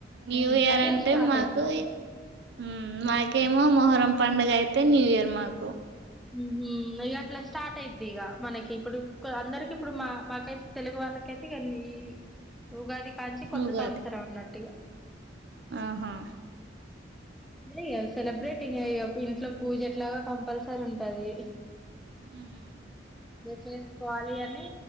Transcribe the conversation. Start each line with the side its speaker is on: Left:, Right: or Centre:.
Right: న్యూ
Centre: హ్మ్.
Right: ఇయర్
Centre: అట్లా
Right: అంటే
Centre: స్టార్ట్
Right: మాకు
Centre: అయితయి.
Right: ఉమ్ మీకేమో మొహరం పండుగా అయితే న్యూ ఇయర్ మాకు
Centre: ఉమ్ హు ఇగ అట్లా స్టార్ట్ అయిద్ది ఇగ మనకి ఇప్పుడు అందరికి ఇప్పుడు మా మాకైతే తెలుగు వాళ్ళ మాకైతే ళ్ళి ఈ ఉగాది కానించి కొత్త
Right: ఉగాది
Centre: సంవత్సరం అన్నట్టు ఇగ
Right: ఆహా
Centre: ఏంది సెలబ్రేటింగా ఇగ ఇంట్లో పూజెట్లాగో కంపల్సరీ ఉంటది
Right: ఉమ్
Centre: ఇ <unintelligible> బెట్టుకోవాలి అని